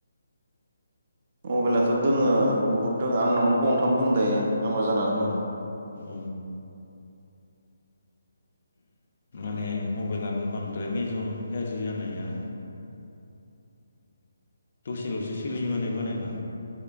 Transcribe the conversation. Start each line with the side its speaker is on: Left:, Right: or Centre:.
Right: मबाइलाथ' दोङो बहुद दोङो आंनावनो गंथाम दङो दायो। हामा जानानै
Left: औ
Right: दं
Left: औ। माने मबाइलाबो बांद्राय मेजर गाज्रि जानाया दसेल'सो सोलियो माने बानायबा।